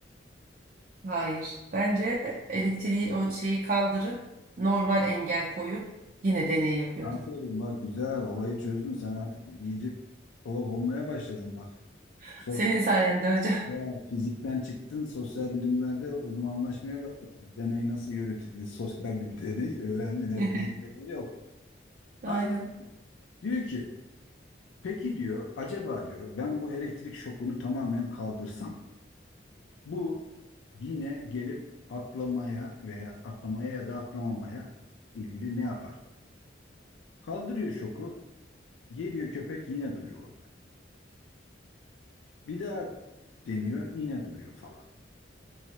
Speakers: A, on the right (about 45°); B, on the left (about 85°).
A: Hayır. Bence elektriği o şeyi kaldırıp normal engel koyup yine deney yapıyordur.
B: Aferin bak güzel olayı çözdün sen artık iyice psikolog olmaya başladın bak.
A: <laughs>
B: so-
A: Senin sayende hocam.
B: Sosyal fizikten çıktın sosyal bilimlerde uzmanlaşmaya başladın. Bir deney nasıl yürütülür sosyal bir deney öğrendin hep
A: <laughs>
B: fizik deneyi yok.
A: Aynen.
B: Aynen diyor ki peki diyor acaba diyor ben bu elektrik şokunu tamamen kaldırsam Bu yine gelip atlamaya veya atlamaya ya da atlamamaya ilgili ne yapar? Kaldırıyor şoku. Geliyor köpek yine duruyor orada. Bir daha deniyor yine duruyor falan.